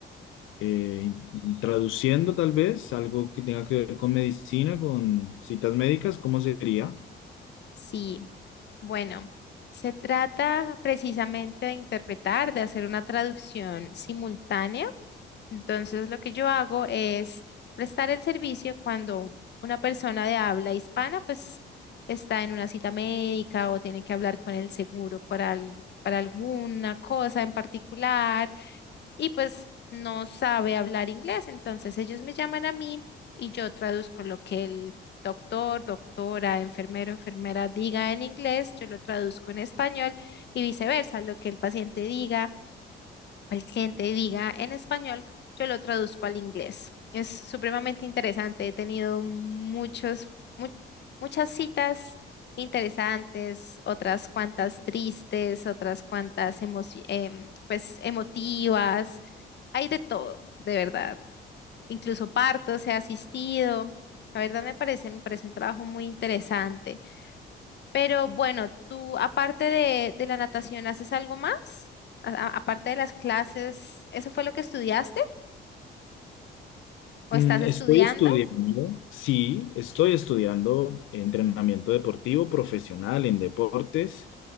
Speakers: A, on the left (about 85°); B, on the left (about 60°).
A: eh, traduciendo tal vez algo que tenga que ver con medicina, con citas médicas, ¿cómo sería?
B: Sí. Bueno, se trata precisamente de interpretar, de hacer una traducción simultánea. Entonces, lo que yo hago es prestar el servicio cuando una persona de habla hispana, pues, está en una cita médica o tiene que hablar con el seguro para, al- para alguna cosa en particular y pues no sabe hablar inglés. Entonces, ellos me llaman a mí y yo traduzco lo que el doctor, doctora, enfermero, enfermera diga en inglés, yo lo traduzco en español y viceversa, lo que el paciente diga, el cliente diga en español, yo lo traduzco al inglés. Es supremamente interesante, he tenido muchos, mu- muchas citas interesantes, otras cuantas tristes, otras cuantas emoci- em, pues emotivas, hay de todo, de verdad incluso partos he asistido. La verdad me parece, me parece un trabajo muy interesante. Pero bueno, tú aparte de, de la natación, ¿haces algo más? A- a- aparte de las clases, ¿eso fue lo que estudiaste
A: Mm,
B: o estás estudiando?
A: Estoy estudiando, sí, estoy estudiando entrenamiento deportivo profesional en deportes